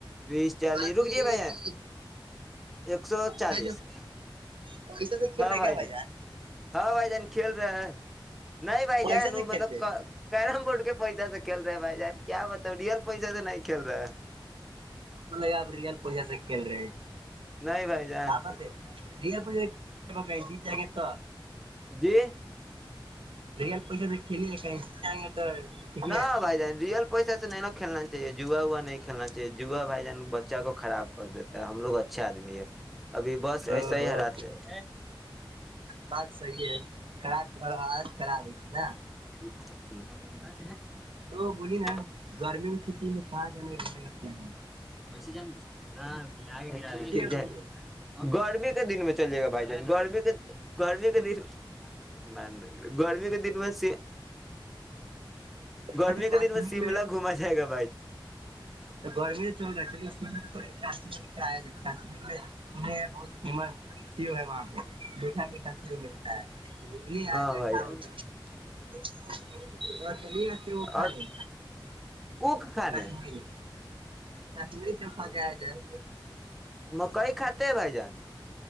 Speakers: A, in the centre; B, on the right.
A: بیس چالیس
B: پاس
A: رک
B: ہو جائیے
A: جے بھائی
B: گا کہ
A: ایک سو چالیس
B: بھائی جب پیسے سے کھیل
A: ہاں
B: رہے
A: بھائی
B: کیا
A: ج
B: جان
A: ہاں بھائی جان کھیل رہے ہیں نہیں بھائی
B: پیسے
A: جان وہ
B: سے
A: مطلب
B: کھیلتے
A: کیرم بورڈ کے پیسہ سے کھیل رہے ہیں بھائی ار کیا بتاؤ ریل پیسہ سے نہیں کھیل رہا ہے
B: ملب آپ ریئل پوسے سے کھیل رہے ہیں
A: نہیں بھائی جان
B: ہ بات ہے ر پ جی جا گے تو
A: جی
B: <unintelligible> ٹھیک
A: نا
B: ہے
A: بھائی جان ریئل پیسے سے نہیں نہ کھیلنا چاہیے جوا عوا نہیں کھیلنا جوا بھائی جان بچہ کو خراب کر دیتا ہے ہم لوگ اچھے آدمی ہے ابھی بس
B: او
A: ایسا
B: ہو
A: ہی ہراتے ہیں
B: بات صحیح ہے خراب اور آج خراب ہے ت نا
A: <inaudible>
B: تو بولی نا گرمی میں چھٹی میں پارک جانے کا دل کرتا ہے
A: نہ لائٹ جا رہی
B: گھومنے
A: ہے گرمی کے دن میں چلا جائے گا بھائی جان گرمی کتنی گرمی کے دن گرمی کے دن میں سے گرمی
B: اچھا
A: کے
B: کشمیر
A: دل میں سملہ گھوما جائے گا
B: تو گرمی چل رہا ہے کشمیر جائیں گے کشمیر سنا ہے بہت فیمس ہے ہے وہاں پ میٹھا میٹھا سیوملتا ہے بولی
A: ہاں
B: آجاؤ
A: بھائی
B: کھانے
A: جان
B: اس بار چلیے گا سیو کھانے
A: اور اک کھانے
B: کشمیر کشمیری سفا کہ ا جائیں
A: مکئی کاتے ہیں بھائی جان